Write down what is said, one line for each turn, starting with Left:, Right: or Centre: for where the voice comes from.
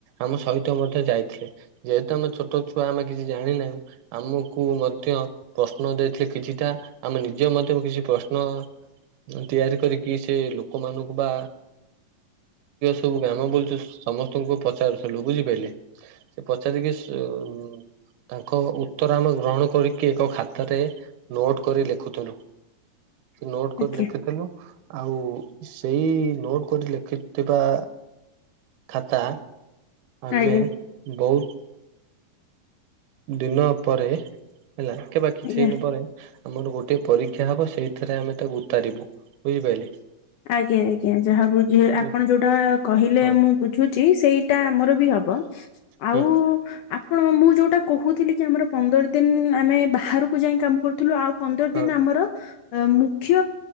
Right: ଆମ ସହିତ ମଧ୍ୟ ଯାଇଥିଲେ ଯେହେତୁ ଆମ ଛୋଟ ଛୁଆ ଆମେ କିଛି ଜାଣିନାହୁଁ। ଆମକୁ ମଧ୍ୟ ପ୍ରଶ୍ନ ଦେଇଥିଲେ କିଛିଟା ଆମେ ନିଜେ ମଧ୍ୟ କିଛି ପ୍ରଶ୍ନ ତିଆରି କରିକି ସେ ଲୋକମାନଙ୍କୁ ବା ସବୁ ଗ୍ରାମ ବୁଲଛୁ ସମସ୍ତଙ୍କୁ ପଚାରୁଥିଲୁ ବୁଝିପାରିଲେ ସେ ପଚାରିକି ସେ ତାଙ୍କ ଉତ୍ତର ଆମେ ଗ୍ରହଣ କରିକି ଏକ ଖାତାରେ ନୋଟ୍ କରି ଲେଖୁଥିଲୁ। ନୋଟ୍ କରି
Left: ଆଜ୍ଞା
Right: ଲେଖିଥିଲୁ ଆଉ ସେଇ ନୋଟ୍ କରି ଲେଖିଥିବା ଖାତା ଆମେ
Left: ଆଜ୍ଞା
Right: ବହୁ ଦିନ ପରେ ହେଲା କେ ବା କିଛି
Left: ଆଜ୍ଞା।
Right: ଦିନ ପରେ ଆମର ଗୋଟେ ପରୀକ୍ଷା ହବ ସେଇଥିରେ ଆମେ ତାକୁ ଉତାରିବୁ ବୁଝିପାରିଲେ।
Left: ଆଜ୍ଞା ଆଜ୍ଞା ଯାହା ବୁଝ ଆପଣ
Right: ଉ
Left: ଯୋଉଟା କହିଲେ
Right: ହଁ
Left: ମୁଁ ବୁଝୁଛି ସେଇଟା ଆମର ବି ହବ। ବ ଆଉ
Right: ହୁଁ
Left: ହଁ କଣ ମୁଁ ଯୋଉଟା କହୁଥିଲି କି ଆମର ପନ୍ଦର ଦିନ ଆମେ ବାହାରକୁ ଯାଇ କାମ କରୁଥିଲୁ ଆଉ ପନ୍ଦର
Right: ହଁ
Left: ଦିନ ଆମର ମୁଖ୍ୟ